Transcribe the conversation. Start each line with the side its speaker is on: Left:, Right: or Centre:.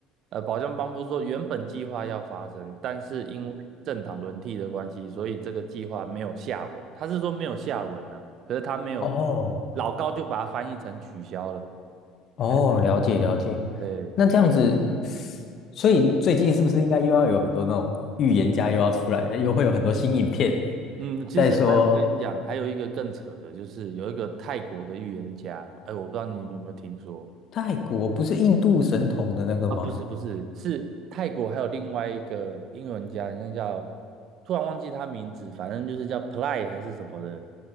Right: 呃，宝江帮夫说原本计划要发生，但是因为政党轮替的关系，所以这个计划没有下文，他是说没有下文呢、可是他没有，
Left: 哦
Right: 老高就把它翻译成取消了。
Left: 哦，
Right: 哎，
Left: 了解了解。
Right: 对，
Left: 那这样子，所以最近是不是应该又要有很多那种预言家又要出来了又会有很多新影片
Right: 嗯，其实还有我跟你讲，
Left: 在说
Right: 还有一个更扯的，就是有一个泰国的预言家，哎，我不知道你有没有听说
Left: 泰国不是印度神童的那个吗？
Right: 啊？不是不是，是泰国还有另外一个英文家，人家叫突然忘记他名字，反正就是叫 Ply a 还是什么的，